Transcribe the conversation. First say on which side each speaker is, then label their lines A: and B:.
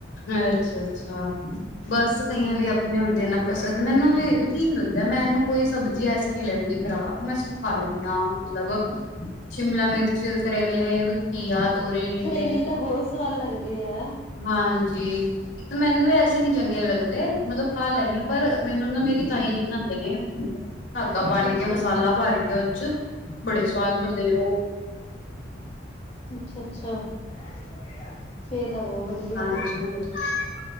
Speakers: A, on the left (about 80°); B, on the left (about 35°).
A: ਅੱਛਾ ਅੱਛਾ ਬਸ
B: ਹੂੰ
A: ਕਈਆਂ ਦੇ ਆਪਣੇ ਹੁੰਦੇ ਨਾ ਪਸੰਦ ਮੈਨੂੰ ਵੀ ਠੀਕ ਲੱਗਦਾ ਮੈਨੂੰ ਕੋਈ ਸਬ ਜੀ ਐਸੀ ਨਹੀਂ ਲੱਗਦੀ ਖ਼ਰਾਬ ਮੈਂ ਸਭ ਖਾ ਲੈਂਦੀ ਹਾਂ ਮਤਲਬ ਸ਼ਿਮਲਾ ਮਿਰਚ ਕਰੇਲੇ ਘੀਆ ਤੋਰੀ ਟਿਨਡੇ
B: ਕਰੇਲੇ ਤਾਂ ਬਹੁਤ ਸਵਾਦ ਲੱਗਦੇ ਆ
A: ਹਾਂਜੀ ਇੱਕ ਤਾਂ ਮੈਨੂੰ ਵੀ ਐਸੇ ਨੀ ਚੰਗੇ ਲੱਗਦੇ ਮਤਲਬ ਖਾ ਲੈਣੀ ਆਂ ਪਰ ਮੈਨੂੰ ਨਾ ਮੇਰੀ ਤਾਈ ਜੀ ਬਣਾਉਂਦੇ ਨੇ ਧਾਗਾ
B: ਅੱਛਾ-ਅੱਛਾ,
A: ਬੰਨ ਕੇ ਮਸਾਲਾ ਭਰ ਕੇ ਉਹ ਚ ਬੜੇ ਸਵਾਦ ਬਣਦੇ ਨੇ ਉਹ
B: ਅੱਛਾ ਅੱਛਾ <unintelligible> ਫੇਰ ਤਾਂ ਬਹੁਤ
A: ਹਾਂਜੀ
B: ਵਧੀਆ ਹੈ।
A: <unintelligible>